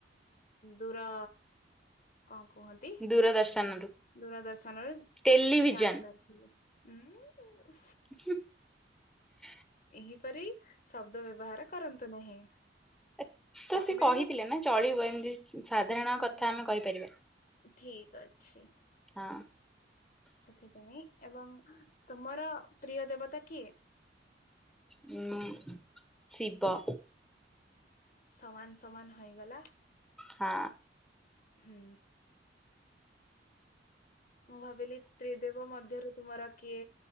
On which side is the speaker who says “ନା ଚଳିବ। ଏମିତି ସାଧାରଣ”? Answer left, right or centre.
Centre